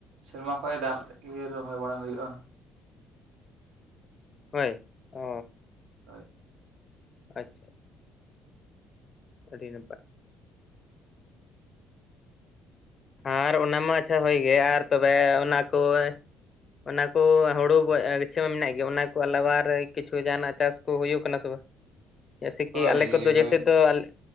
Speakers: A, on the right; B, on the left.
A: ᱥᱮᱨᱢᱟ ᱠᱷᱚᱡᱟᱜ ᱫᱟᱜ ᱞᱮᱠᱷᱟᱡ ᱜᱮ ᱤᱭᱟᱹ ᱨᱚᱦᱚᱭ ᱵᱟᱲᱟ ᱦᱩᱭᱩᱜᱼᱟ᱾
B: ᱦᱳᱭ᱾ ᱚ
A: ᱦᱚᱭ᱾
B: ᱟᱪᱪᱷᱟ᱾ ᱟᱹᱰᱤ ᱱᱟᱯᱟᱭ᱾ ᱟᱨ ᱚᱱᱟ ᱢᱟ ᱟᱪᱪᱷᱟ ᱦᱳᱭ ᱜᱮ ᱟᱨ ᱛᱚᱵᱮ ᱚᱱᱟ ᱠᱚ ᱮ ᱚᱱᱟ ᱠᱚ ᱦᱩᱲᱩ ᱵᱟᱹᱫ ᱟᱹ ᱜᱟᱪᱷᱟᱹᱣ ᱢᱮᱱᱟᱜ ᱜᱮᱭᱟ᱾ ᱚᱱᱟ ᱠᱚ ᱟᱞᱟᱣᱟ ᱟᱨ ᱠᱤᱪᱷᱩ ᱡᱟᱦᱟᱸᱱᱟᱜ ᱪᱟᱥ ᱠᱚ ᱦᱩᱭᱩᱜ ᱠᱟᱱᱟ ᱥᱮ ᱵᱟᱸ? ᱡᱟᱥᱮ ᱠᱤ
A: ᱦᱳᱭ
B: ᱟᱞᱮ ᱠᱚᱫᱚ
A: ᱦᱳᱭ
B: ᱡᱟᱥᱮ ᱫᱚ ᱟᱞᱮ